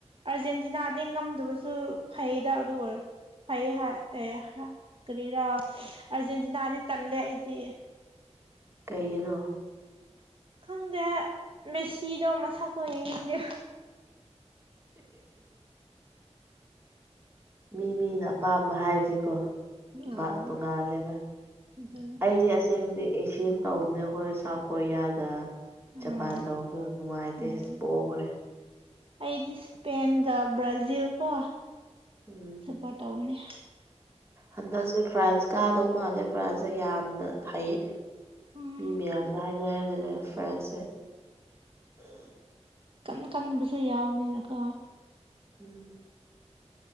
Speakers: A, on the right; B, on the right.
A: ꯑꯥꯔꯖꯦꯟꯇꯤꯅꯥꯗꯤ ꯉꯝꯗꯕꯁꯨ ꯐꯩꯗ ꯑꯗꯨ ꯑꯣꯏꯔ ꯐꯩꯑꯦ ꯍꯥꯏ ꯑꯦ ꯍꯥ ꯀꯔꯤꯔꯥ ꯑꯥꯔꯖꯦꯟꯇꯤꯅꯥꯗꯤ ꯇꯜꯂꯦ ꯑꯩꯗꯤ
B: ꯀꯩꯒꯤꯅꯣ
A: ꯈꯪꯗꯦ ꯃꯦꯁꯤꯗꯣ ꯃꯁꯛꯇꯣ ꯌꯦꯡꯅꯤꯡꯗꯦ
B: ꯃꯤ ꯃꯤꯅ ꯑꯄꯥꯝꯕ ꯍꯥꯏꯕꯁꯦꯀꯣ ꯥ ꯇꯣꯡꯉꯥꯜ
A: ꯑꯥ
B: ꯇꯣꯡꯉꯥꯜꯂꯦꯕ
A: ꯑꯗꯨꯅꯤ
B: ꯑꯩꯗꯤ ꯑꯁꯦꯡꯕꯗꯤ ꯑꯦꯁꯤꯌꯥꯟ ꯇꯧꯕꯅꯦ ꯑꯩꯈꯣꯏ ꯁꯥꯎꯠ ꯀꯣꯔꯤꯌꯥꯒ ꯖꯄꯥꯟ
A: ꯎꯝ
B: ꯇꯧꯕꯗꯨ ꯅꯨꯡꯉꯥꯏꯇꯦ
A: ꯎꯝ
B: ꯄꯣꯒ꯭ꯔꯦ
A: ꯑꯩꯗꯤ ꯏꯁꯄꯦꯟꯒ ꯕ꯭ꯔꯥꯖꯤꯜꯀꯣ
B: ꯎꯝ
A: ꯁꯞꯄꯣꯔꯠ ꯇꯧꯕꯅꯦ
B: ꯍꯟꯗꯛꯁꯦ ꯐ꯭ꯔꯥꯟꯁ ꯀꯥꯗꯧ ꯃꯥꯜꯂꯦ ꯐ꯭ꯔꯥꯟꯁꯁꯦ ꯌꯥꯝꯅ ꯍꯩꯌꯦ
A: ꯎꯝ
B: ꯃꯤ ꯃꯌꯥꯝꯁꯨ ꯍꯥꯏꯅꯂꯩꯔꯦ ꯐ꯭ꯔꯦꯟꯁꯦ
A: ꯀꯟꯕ ꯀꯟꯕꯁꯨ ꯌꯥꯎꯕꯅꯤꯅꯀꯣ
B: ꯎꯝ